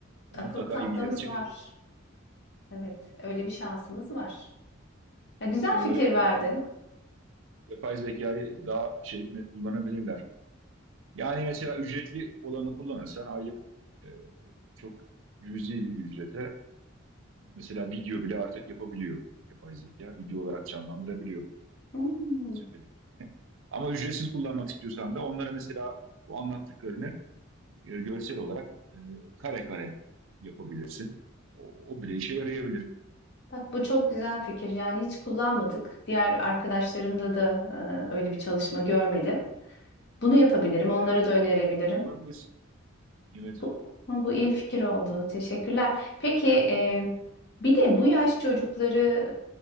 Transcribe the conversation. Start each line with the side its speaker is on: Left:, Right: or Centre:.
Right: E, mutlaka
Left: Akıl tahtamız
Right: ilgileri çekecek.
Left: var. Evet, öyle bir şansımız var. Ya, güzel
Right: Mesela
Left: fikir
Right: öğretmenler
Left: verdin.
Right: Yapay zekayı daha şey mi- kullanabilirler. Yani mesela ücretli olanı kullanırsan aylık e, çok cüzi bir ücrete mesela video bile artık yapabiliyor yapay zeka. Video olarak canlandırabiliyor
Left: Hmm.
Right: söylediklerini. Ama ücretsiz kullanmak istiyorsan da onlara mesela bu anlattıklarını e, görsel olarak e, kare kare yapabilirsin. O, o bile işe yarayabilir.
Left: Bak bu çok güzel fikir. Yani hiç kullanmadık. Diğer arkadaşlarımda da e, öyle bir çalışma görmedim. Bunu yapabilirim. Onlara
Right: Sen öncü,
Left: da önerebilirim.
Right: ol- öncü olabilirsin. Evet.
Left: Bu, bu iyi fikir oldu. Teşekkürler. Peki e, bir de bu yaş çocukları